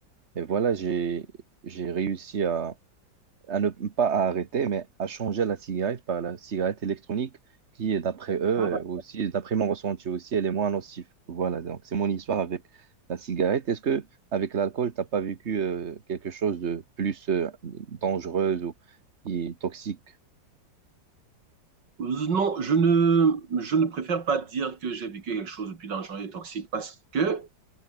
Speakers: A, on the right (about 40°); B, on the right (about 65°).
A: Et voilà, j'ai j'ai réussi à, à ne pas à arrêter, mais à changer la cigarette par la cigarette électronique qui, d'après eux,
B: Ah bah,
A: euh, aussi, d'après mon ressenti aussi, elle est moins nocive. Voilà, donc c'est mon histoire avec la cigarette. Est-ce que avec l'alcool, t'as pas vécu euh, quelque chose de plus euh, dangereux ou qui est toxique?
B: euh, non, je ne, je ne préfère pas dire que j'ai vécu quelque chose de plus dangereux et toxique parce que,